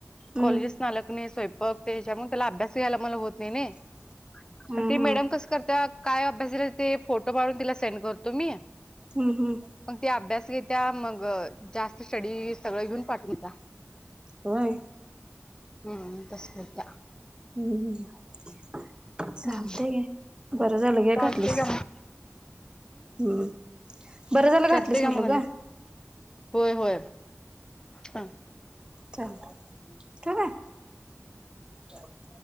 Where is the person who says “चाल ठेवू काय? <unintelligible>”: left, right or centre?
Right